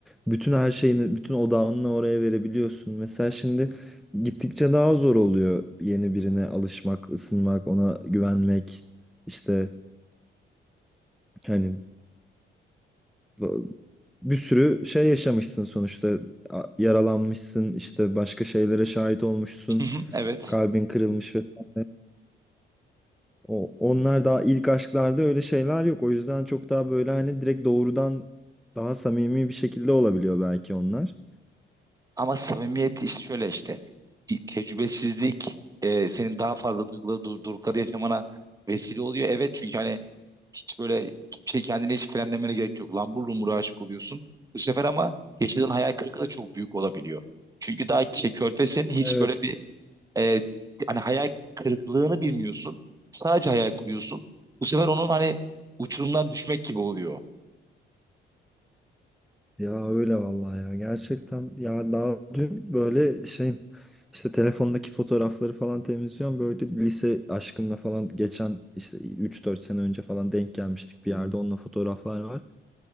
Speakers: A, in the centre; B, on the right.
A: Bütün her şeyini bütün odağını oraya verebiliyorsun. Mesela şimdi gittikçe daha zor oluyor yeni birine alışmak, ısınmak, ona güvenmek. İşte hani bu- bir sürü şey yaşamışsın sonuçta A- yaralanmışsın işte başka şeylere şahit olmuşsun
B: Hı hı, evet.
A: kalbin kırılmış vesaire. O, onlar daha ilk aşklarda öyle şeyler yok. O yüzden çok daha böyle hani direkt doğrudan daha samimi bir şekilde olabiliyor belki onlar.
B: Ama samimiyet işte şöyle işte. bir Tecrübesizlik e, senin daha fazla duyguları, durdurukları yaşamana vesile oluyor. Evet çünkü hani hiç böyle şey kendine hiç frenlemene gerek yok. Lambur lumbur aşık oluyorsun. Bu sefer ama yaşadığın hayal kırıklığı da çok büyük olabiliyor. Çünkü daha şey, körpesin hiç
A: Evet.
B: böyle bir e, hani hayal kırıklığını bilmiyorsun. Sadece hayal kuruyorsun. Bu sefer onun hani uçurumdan düşmek gibi oluyor.
A: Ya öyle vallahi ya. Gerçekten ya daha dün böyle şey işte telefondaki fotoğrafları falan temizliyorum. Böyle lise aşkımla falan geçen işte üç dört sene önce falan denk gelmiştik bir yerde. Onunla fotoğraflar var.